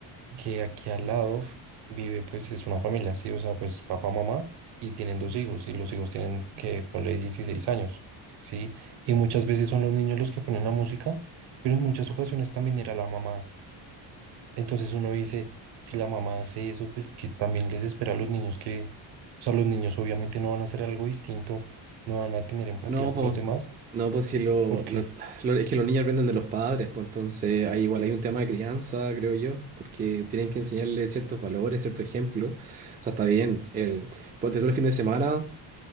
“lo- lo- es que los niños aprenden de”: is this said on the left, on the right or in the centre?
Right